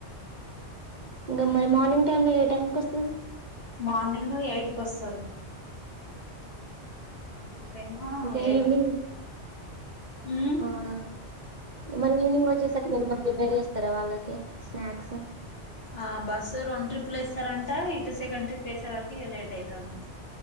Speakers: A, on the right; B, on the left.
A: ఇంకా మరి మార్నింగ్ టైమ్ లో ఏ టైం కొస్తది
B: మార్నింగు ఎయిట్ కొస్తది ఇప్డేమో
A: ఇంకా
B: ఎయిట్
A: ఈవినింగ్
B: ఉమ్
A: అవునా మరి ఈవినింగ్ వచ్చేసరికి వెళ్దాం ప్రిపేర్ చేస్తారా వాళ్ళకి స్నాక్సు
B: ఆ బస్సు రెండు ట్రిప్లు వేస్తారంట ఇటు సెకండ్ ట్రిప్ వేసే వరకి ఇక లేట్ అయితాంది